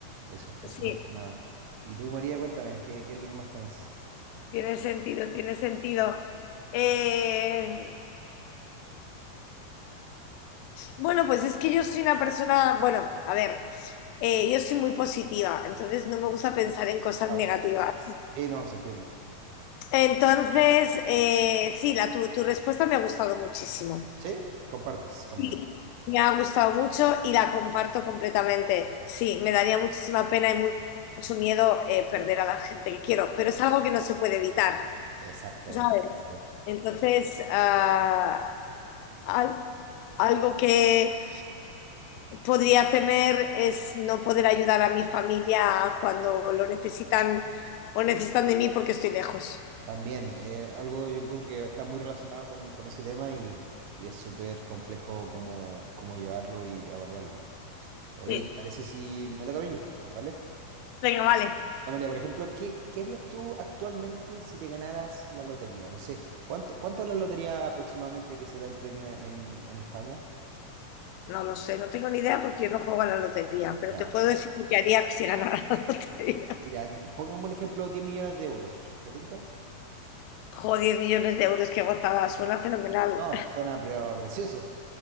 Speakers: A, on the right; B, on the left.
A: Eso, eso
B: Sí,
A: más que nada. Y tú, María, cuéntame, ¿qué, qué es lo que más temes?
B: tiene sentido, tiene sentido. Eh, Bueno, pues es que yo soy una persona, bueno, a ver, eh, yo soy muy positiva, entonces no me gusta pensar en cosas
A: Claro.
B: negativas.
A: Sí, no, se entiende.
B: Entonces, eh, sí, la, tu, tu respuesta me ha gustado muchísimo.
A: Sí, compartes conmigo.
B: Sí, me ha gustado mucho y la comparto completamente. Sí, me daría muchísima pena y mu- mucho miedo eh, perder a la gente que quiero, pero es algo que no se puede evitar,
A: Exactamente.
B: ¿sabes?
A: ya.
B: Entonces, ah, al- algo que podría temer es no poder ayudar a mi familia cuando lo necesitan o necesitan de mí porque estoy lejos.
A: También, eh, algo yo encuentro que está muy relacionado con, con ese tema y, y es súper complejo cómo, cómo llevarlo y abordarlo. Oye,
B: Sí.
A: ¿te parece si me toca a mí? Dale.
B: Venga, vale.
A: Ya, mira, por ejemplo, ¿qué, qué harías tú actualmente si te ganaras la lotería? No sé, ¿cuánto, cuánto es la lotería aproximadamente que se da el premio en, en España?
B: No lo sé, no tengo ni idea porque yo no juego a la lotería, pero
A: Ya.
B: te puedo decir lo que haría si ganara la lotería.
A: Eh, Ya, pongamos un ejemplo, diez millones de euros. ¿Te tinca?
B: Joder, 10 millones de euros, qué gozada, suena fenomenal.
A: No, suena pero precioso.